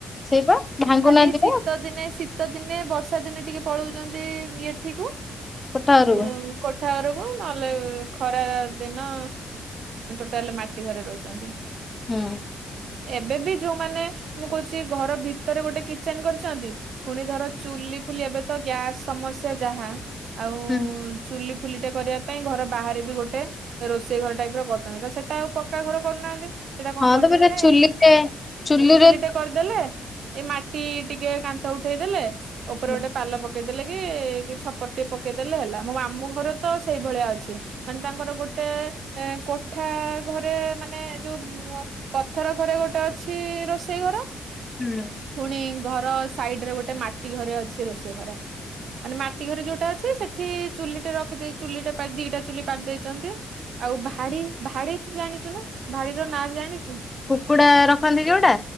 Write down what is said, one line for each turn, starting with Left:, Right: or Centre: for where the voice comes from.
Left: ସେଇ ପା ଭାଙ୍ଗୁନାହାନ୍ତିି
Right: ଖାଲି ଶୀତ
Left: ପା।
Right: ଦିନେ ସି ଶୀତ ଦିନେ ବର୍ଷା ଦିନେ ଟିକେ ପଳଉଛନ୍ତି ଏଠିକୁ
Left: କଠାରୁ
Right: ଉଁ କୋଠା ଘରକୁ ନହେଲେ ଖରା ଦିନ ଟୋଟାଲ ମାଟି ଘରେ ରହୁଛନ୍ତି।
Left: ହୁଁ।
Right: ଏବେବି ଯୋଉମାନେ ମୁଁ କହୁଚି ଘର ଭିତରେ ଗୋଟେ କିଚେନ୍ କରିଛନ୍ତି। ପୁଣି ଧର ଚୁଲି ଫୁଲି ଏବେତ ଗ୍ୟାସ ସମସ୍ୟା ଯାହା ଆଉ
Left: ହୁଁ‌।
Right: ଚୁଲି ଫୁଲିଟେ କରିବା ପାଇଁ ଘର ବାହାରେ ବି ଗୋଟେ ରୋଷେଇ ଘର ଟାଇପ୍ ର କରୁଛନ୍ତି ତସେଟା ଆଉ ପକ୍କା ଘର କରୁନାହାନ୍ତି ସେଟା କଣ
Left: ହଁ
Right: କରୁଛନ୍ତି
Left: ତ ପୁରା
Right: ନା
Left: ଚୁଲିରେ
Right: ଏଇ
Left: ଚୁଲିରେ
Right: ଚୁଲିଟା କରିଦେଲେ ଏଇ ମାଟି ଟିକେ କାନ୍ଥ ଉଠେଇଦେଲେ ଉପରେ
Left: ହୁଁ।
Right: ଗୋଟେ ପାଲ ପ ପକେଇଦେଲେ କି କି ଛପର ଟିକେ ପକେଇଦେଲେ ହେଲା ମୋ ମାମୁଁ ଘର ତ ସେଇଭଳିଆ ଅଛି। ମାନେ ତାଙ୍କର ଗୋଟେ ଏ କୋଠା ଘରେ ମାନେ ଯୋଉ ଉଁ ପଥର ଘରେ ଗୋଟେ ଅଛି ରୋଷେଇ ଘର
Left: ହୁଁ।
Right: ଫୁଣି ଘର ସାଇଡ୍ ରେ ଗୋଟେ ମାଟି ଘରେ ଅଛି ରୋଷେଇ ଘର। ମାନେ ମାଟି ଘରେ ଯୋଉଟା ଅଛି ସେ ଏଠି ଚୁଲିଟେ ରଖିଦେଇ ଚୁଲିଟେ ଦିଟା ଚୁଲି ପାରି ଦେଇଛନ୍ତି ଆଉ ଭାଡ଼ି ଭାଡି ତୁ ଜାଣିଛୁ ନା ଭାଡିର ନାଁ ଜାଣିଛୁ?
Left: କୁକୁଡା ରଖନ୍ତି ଯୋଉଟା